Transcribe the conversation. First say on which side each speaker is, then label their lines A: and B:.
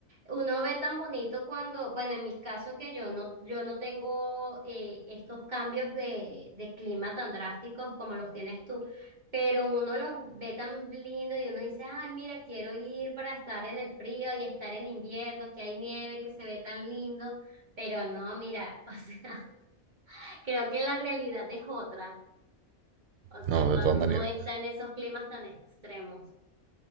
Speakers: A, on the right; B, on the right.
A: uno ve tan bonito cuando, bueno, en mi caso que yo no, yo no tengo eh, estos cambios de, de clima tan drásticos como los tienes tú, pero uno los ve tan lindo y uno dice, ay, mira, quiero ir para estar en el frío y estar en invierno, que hay nieve, que se ve tan lindo, pero no, mira, <laughs> o sea, creo que la realidad es otra, o sea,
B: ¿no?
A: cuando
B: De todas maneras.
A: uno está en esos climas tan extremos.